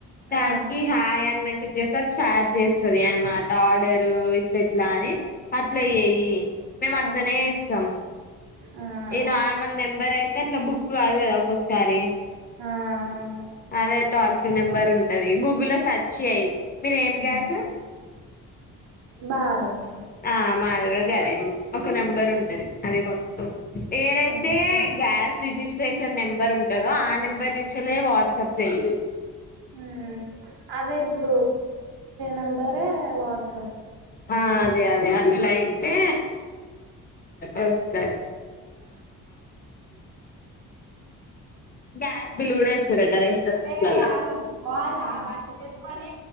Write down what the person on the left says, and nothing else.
దానికి
హాయని మ చేస్త ఛార్జ్ చేస్తుంది అనమాట ఆర్డరు ఇట్లా ఇట్లా అని అట్ల ఏయి మేము
అట్లనే ఇస్తాం
ఈ
నార్మల్ నెంబర్ ఐ అయితే అట్లా బుక్ కాదు కదా ఒక్కొక్కసారి
అదే టల్ నెంబర్ ఉంటుంది గూగుల్లో లో సెర్చ్ చేయయి మీరు ఏం కస
ఆ మాది కూడా గదే ఒక నెంబర్ ఉంటది అది కొత్త ఏదైతే
గ్యాస్ రిజిస్ట్రేషన్ నెంబర్ ఉంటు చదో ఆ నెంబర్ నుంచి వెళ్ళ వాట్సప్ చెయ
ఆ అదే అదే అ ఇట్లాయితే వస్తది గ్యాస్ బిల్ కూడా ఎస్తరటా రెస్టారెంట్
లో